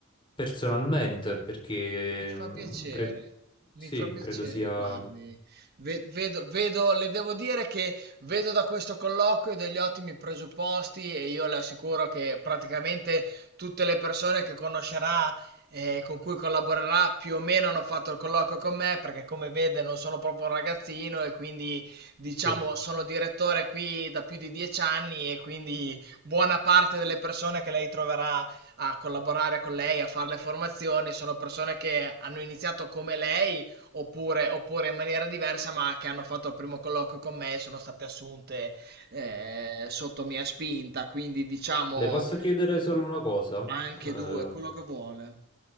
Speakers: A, on the left; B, on the right.
A: personalmente, perché
B: Mi fa
A: mh,
B: piacere,
A: cre-
B: mi
A: sì,
B: fa piacere,
A: credo sia...
B: guardi, Ve- vedo, vedo, le devo dire che vedo da questo colloquio degli ottimi presupposti e io le assicuro che praticamente tutte le persone che conoscerà e con cui collaborerà più o meno hanno fatto il colloquio con me perché come vede non sono proprio un ragazzino e quindi diciamo
A: sì.
B: sono direttore qui da più di dieci anni e quindi buona parte delle persone che lei troverà a collaborare con lei, a fare le formazioni, sono persone che hanno iniziato come lei oppure, oppure in maniera diversa, ma che hanno fatto il primo colloquio con me e sono state assunte eh, sotto mia spinta, quindi diciamo
A: Le posso chiedere solo una cosa?
B: anche
A: Eh,
B: due, quello che vuole.